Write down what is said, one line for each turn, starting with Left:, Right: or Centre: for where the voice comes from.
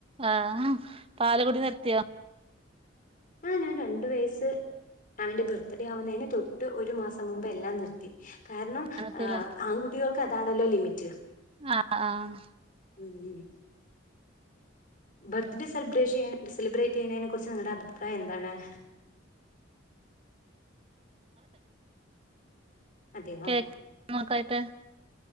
Right: ആഹ പാലക്കുടി നിർത്തിയോ
Left: ആ ഞാൻ രണ്ട വയസ് അവൻന്റെ ബർത്ത്ഡേ ആവുന്നതിന് തൊട്ട് ഒരു മാസം മുമ്പ് എല്ലാം നിർത്തി കാരണംഹ
Right: നിർത്തില്ലേ
Left: ആൺകുട്ടികൾക്ക് അതാണല്ലോ ലിമിറ്റ്
Right: ആഹ ആഹ
Left: ഉം ഉം. ബർത്ത്ഡേ സെബ്ര്യ സെലിബ്രേറ്റ് ചെയ്യണതിനെ കുുറിച്ച് നിങ്ങളുടെ അഭിപ്രായം എന്താണ് <inaudible> അതെയോ
Right: കേ നക്കായിട്ട്